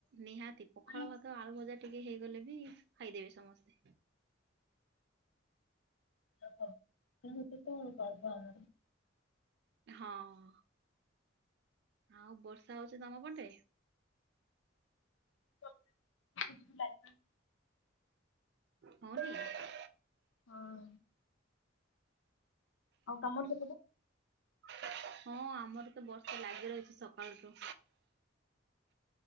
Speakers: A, on the right; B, on the left.
A: ନିହାତି ପଖାଳ
B: ଆସେ।
A: ଭାତ ଆଳୁ ଭଜା ଟିକେ ହେଇଗଲେ ବି ଖାଇଦେବେ ସମସ୍ତେ।
B: <inaudible>
A: ହଁ। ଆଉ ବର୍ଷା ହଉଛି ତମ ପଟେ।
B: <inaudible>
A: ହଁ ଗି।
B: ହଁ। ଆଉ ତମର ସେ
A: ହଁ ଆମର ତ ବର୍ଷା ଲାଗି ରହିଛି ସକାଳୁଠୁ।